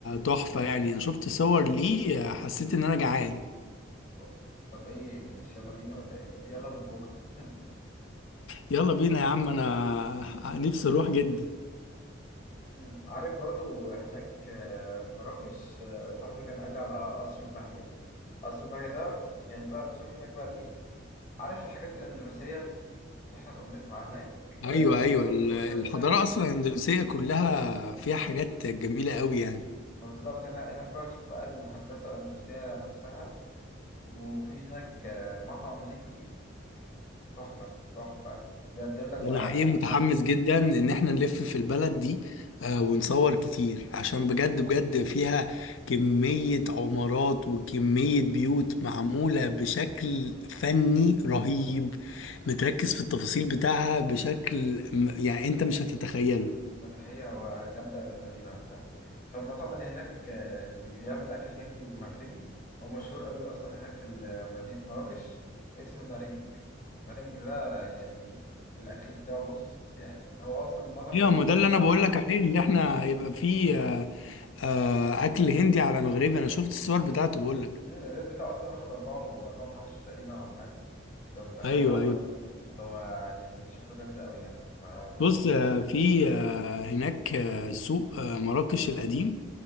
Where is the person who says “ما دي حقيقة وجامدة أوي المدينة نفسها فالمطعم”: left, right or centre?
Left